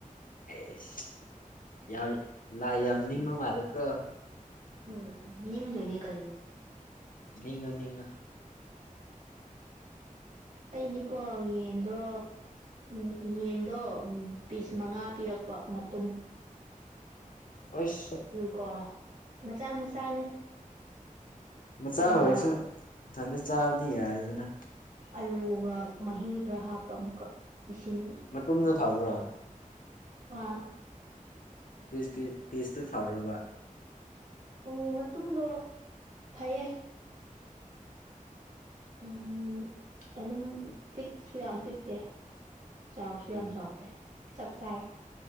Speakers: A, on the left; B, on the right.
A: ꯑꯦꯁ ꯂꯥꯏ ꯌꯥꯝ ꯅꯤꯡꯕ ꯃꯥꯜꯂꯦꯀꯣ
B: ꯎꯝ ꯅꯤꯡꯗꯣꯏꯅꯦ ꯀꯩꯅꯣ
A: ꯃꯤꯉ ꯅꯤꯡꯉ <unintelligible>
B: ꯑꯩꯗꯤꯀꯣ ꯌꯦꯟꯗꯣ ꯎꯝ ꯌꯦꯟꯗꯣ ꯎꯝ ꯄꯤꯁ ꯃꯉꯥ ꯄꯤꯔꯛꯄ ꯃꯇꯨꯝ
A: ꯑꯩꯁ
B: ꯀꯣ ꯃꯆꯥ ꯃꯆꯥꯅꯦ
A: ꯃꯆꯥ
B: ꯑꯩꯅ
A: ꯑꯣꯏꯔꯁꯨ ꯏꯟꯊꯟꯗ ꯆꯥꯕꯗꯤ ꯌꯥꯔꯦꯗꯅ
B: ꯑꯂꯨꯒ ꯃꯍꯤꯒ ꯍꯥꯞꯄ ꯑꯃꯨꯛꯀ ꯏꯁꯤꯡ
A: ꯃꯇꯨꯝꯗꯣ ꯐꯕ꯭ꯔꯣ
B: ꯑꯥ
A: ꯄꯤꯁ ꯄꯤꯁꯇ <unintelligible>
B: ꯎꯝ ꯃꯇꯨꯝꯗꯣ ꯐꯩꯌꯦ ꯎꯝ ꯑꯗꯨꯝ ꯄꯤꯛꯁꯨ ꯌꯥꯝ ꯄꯤꯛꯇꯦ ꯆꯥꯎꯁꯨ
A: ꯎꯝ
B: ꯌꯥꯝ ꯆꯥꯎꯗꯦ ꯆꯞ ꯆꯥꯢ